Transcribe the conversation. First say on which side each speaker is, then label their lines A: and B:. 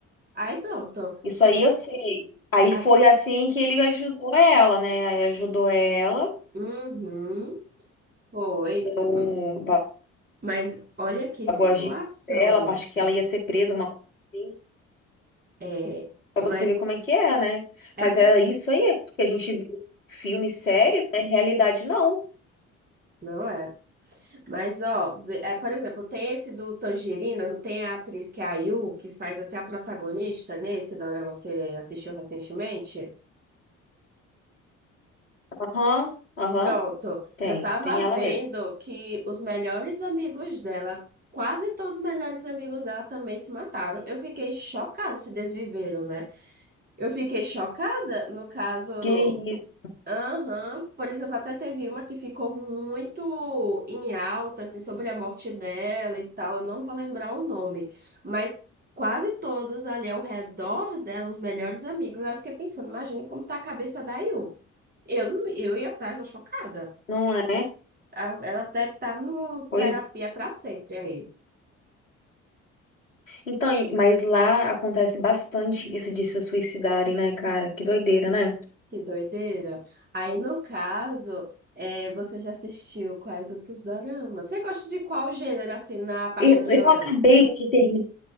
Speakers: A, on the right; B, on the left.
A: Aí pronto.
B: Isso aí
A: Hum,
B: eu sei. Aí
A: a-
B: foi assim que ele ajudou ela, né? Aí ajudou ela.
A: Uhum, foi.
B: um,
A: Hum, Mas olha que situação
B: pagou a gíria dela,
A: isso.
B: acho que ela ia ser presa, uma coisa assim,
A: É,
B: pra
A: mas
B: você ver como é que é, né?
A: essa
B: Mas é isso aí, é porque a gente vê filme sério, é realidade não.
A: não é. Mas ó, vê- é, por exemplo, tem esse do Tangerina, não tem a atriz que é a Yu, que faz até a protagonista nesse dorama que você assistiu recentemente?
B: Aham, aham,
A: Pronto,
B: tem,
A: eu tava
B: tem ela
A: vendo
B: mesmo.
A: que os melhores amigos dela, quase todos os melhores amigos dela também se mataram. Eu fiquei chocada, se desviveram, né? Eu fiquei chocada, no caso,
B: Que isso,
A: aham, por exemplo, até teve uma que ficou muito em alta, assim, sobre a morte dela e tal, eu não vou lembrar o nome, mas quase todos ali ao redor dela, os melhores amigos, eu fiquei pensando, imagina como tá a cabeça da Yu. Eu, não- eu ia estar chocada.
B: não é?
A: A- Ela deve estar no
B: Pois,
A: terapia
B: é.
A: pra sempre aí.
B: então, e- mas lá acontece bastante isso de se suicidarem, né, cara? Que doideira, né?
A: Que doideira. Aí, no caso, é, você já assistiu quais outros doramas? Você gosta de qual gênero, assim, na parte
B: Eu,
A: dos doramas?
B: eu acabei de terminar.